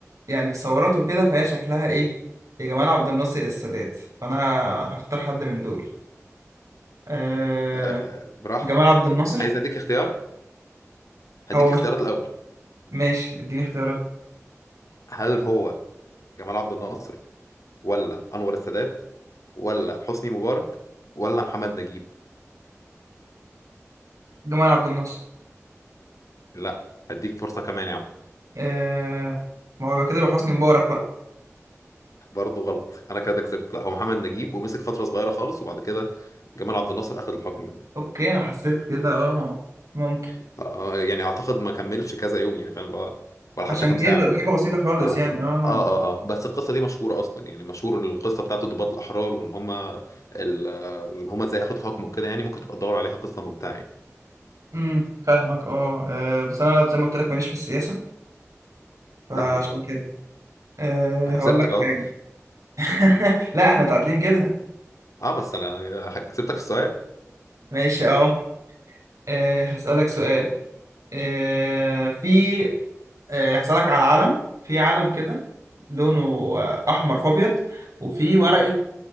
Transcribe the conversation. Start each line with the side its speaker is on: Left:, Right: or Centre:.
Right: يعني بالثورات وكده فهي شكلها ايه يا جمال عبد الناصر يا السادات فانا ه- هختار حد من دول أه...
Left: آه براحتك
Right: جمال عبد الناصر
Left: عايز اديك اختيار هديك
Right: هو
Left: اختيارات
Right: مش
Left: الأول
Right: ماشي اديني اختيارات
Left: هل هو جمال عبد الناصر ولا أنور السادات ولا حسني مبارك ولا محمد نجيب
Right: جمال عبد الناصر
Left: لا هديك فرصة كمان يا عم
Right: أه... ما هو يبقى كده يبقى حسني مبارك بقى
Left: برضه غلط انا كده كسبت لا هو محمد نجيب ومسك فترة صغيرة خالص وبعد كده جمال عبد الناصر أخذ الحكم منه.
Right: اوكي انا حسيت كده اه ممكن
Left: آه، يعني اعتقد ما كملش كذا يوم يعني فاهم اللي هو ولا
Right: عشان
Left: حتى كام
Right: كده
Left: ساعه
Right: ده
Left: كان
Right: حاجه بسيطه خالص
Left: اه
Right: يعني اه
Left: اه اه اه بس القصه دي مشهوره اصلا يعني مشهور القصه بتاعته ضباط الاحرار وان هم ال- اللي هم ازاي اخد الحكم وكده يعني ممكن تبقى تدور عليها قصه ممتعه يعني
Right: امم فاهمك اه آه، بس انا زي ما قلت لك ماليش في السياسه فعشان
Left: فاهمك اه
Right: كده أه
Left: انا
Right: هقول
Left: كسبتك
Right: لك
Left: اهو
Right: حاجه <laughs> لا احنا تعادلين كده
Left: اه بس انا كسبتك في السؤال
Right: ماشي اه آه، هسالك سؤال أه في أه هسالك على علم في علم كده لونه آه، احمر في ابيض وفي ورقه